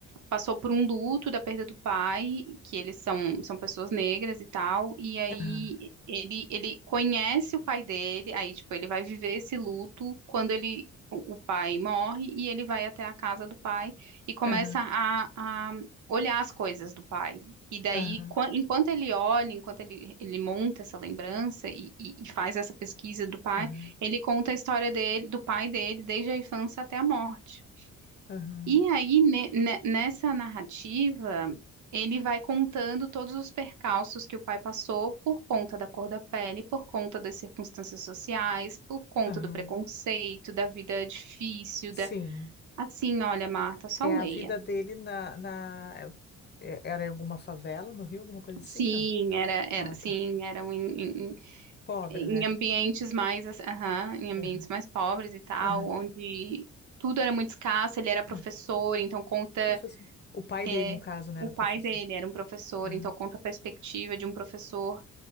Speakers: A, on the right; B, on the left.
A: passou por um luto da perda do pai, que eles são, são pessoas negras e tal, e aí
B: aham,
A: ele, ele conhece o pai dele, aí, tipo, ele vai viver esse luto quando ele, o, o pai morre, e ele vai até a casa do pai e começa
B: aham,
A: a, a olhar as coisas do pai. E daí,
B: aham,
A: qua- enquanto ele olha, enquanto ele, ele monta essa lembrança e, e e faz essa pesquisa do pai,
B: aham,
A: ele conta a história dele, do pai dele, desde a infância até a morte.
B: aham,
A: E aí, ne- ne- nessa narrativa, ele vai contando todos os percalços que o pai passou por conta da cor da pele, por conta das circunstâncias sociais, por conta
B: aham.
A: do preconceito, da vida difícil,
B: Sim.
A: da... Assim, olha, Marta, só
B: É
A: leia.
B: a vida dele na, na... é- é, Era em alguma favela no Rio, alguma coisa assim?
A: Sim,
B: Não.
A: era, era,
B: Ah,
A: sim,
B: tá.
A: eram em, em, em-
B: Pobre,
A: em
B: né?
A: ambientes mais, assim, aham, em ambientes
B: Aham,
A: mais pobres e tal,
B: aham,
A: onde tudo era muito escasso, ele era professor,
B: aham.
A: então conta
B: Professor. O pai
A: É,
B: dele, no caso, né,
A: o
B: era professor.
A: pai dele era um professor,
B: Aham,
A: então conta a perspectiva de um professor